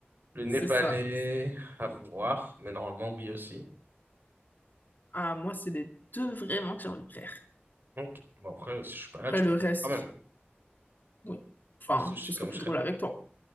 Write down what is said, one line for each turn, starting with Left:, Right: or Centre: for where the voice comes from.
Right: Le népalais,
Left: <laughs> C'est ça.
Right: à voir, mais normalement, oui aussi.
Left: Ah, moi, c'est les deux vraiment que j'ai envie de faire.
Right: Ok. Bon, après, euh, si je suis pas là,
Left: Après,
Right: tu
Left: le
Right: peux le
Left: reste,
Right: faire quand même.
Left: oui. Enfin,
Right: Le sushi
Left: ce
Right: comme
Left: sera plus
Right: je serai
Left: drôle
Right: là.
Left: avec toi.